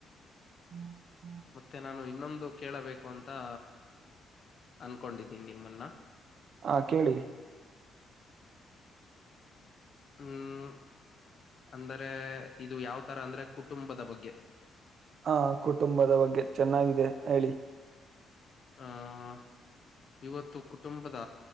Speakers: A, on the right; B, on the left.
A: ಹ್ಮ್.
B: ಮತ್ತೆ ನಾನು ಇನ್ನೊಂದು ಕೇಳಬೇಕು ಅಂತಾ. ಅನ್ಕೊಂಡಿದ್ದೀನಿ ನಿಮ್ಮುನ್ನ.
A: ಹಾ ಕೇಳಿ
B: ಮ್ಮ್ ಅಂದರೇ ಇದು ಯಾವತರ ಅಂದ್ರೆ ಕುಟುಂಬದ ಬಗ್ಗೆ
A: ಆ ಕುಟುಂಬದ ಬಗ್ಗೆ ಚೆನ್ನಾಗಿದೆ ಹೇಳಿ
B: ಹ್ಮ್ಮ್ ಇವತ್ತು ಕುಟುಂಬದ